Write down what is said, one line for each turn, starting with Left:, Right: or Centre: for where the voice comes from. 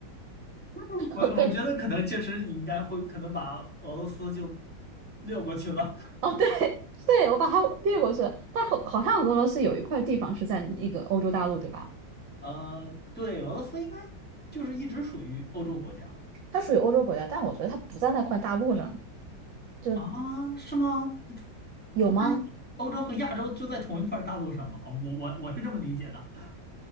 Centre: <laughs> 我我觉得可能确实你应该会可能把俄罗斯就
Right: 哦对，
Centre: 略过去了，
Right: 哦对 <laughs> 对，我把它略过去了。但好好像俄罗斯有一块地方是在那个欧洲大陆，对吧？
Centre: <laughs> 呃，对，俄罗斯应该就是一直属于欧洲国家。
Right: 它属于欧洲国家，但我觉得它不在那块大陆上，就
Centre: 啊，是吗？
Right: 有吗？
Centre: 它不是欧洲和亚洲就在同一块大陆上吗？啊我我我是这么理解的。